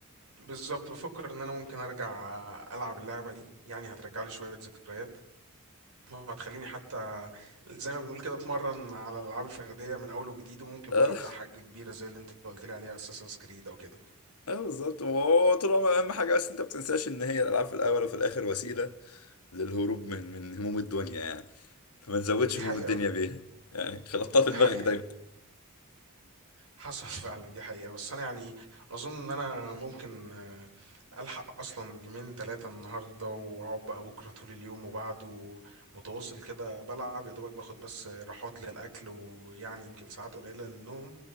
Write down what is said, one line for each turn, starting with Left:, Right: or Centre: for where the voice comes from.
Right: بالظبط بفكر إن أنا ممكن أرجع ألعب اللعبة دي يعني هترجع لي شوية ذكريات وهتخليني حتى زي ما بنقول كده اتمرن على الالعاب الفرديه من اول وجديد وممكن
Left: اه,
Right: بقى ابدا حاجه كبيره زي اللي انت قلت لي عليها اساسن كريد او كده
Left: آه بالظبط هو طول عمرك اهم حاجة بس انت ما بتنساش ان هي الالعاب في الاول وفي الاخر وسيلة للهروب من من هموم الدنيا يعني فما تزودش
Right: دي
Left: هموم
Right: حقيقه
Left: الدنيا بيها يعني خلطها
Right: دي
Left: في دماغك
Right: حقيقه
Left: دايما
Right: حصل <laughs> فعلا دي حقيقة بس أنا يعني أظن إن أنا ممكن آه، ألحق أصلا جيمين تلاتة النهاردة وأقعد بقى بكرة طول اليوم وبعده متواصل كده بلعب يا دوبك باخد بس راحات للأكل ويعني يمكن ساعات قليلة للنوم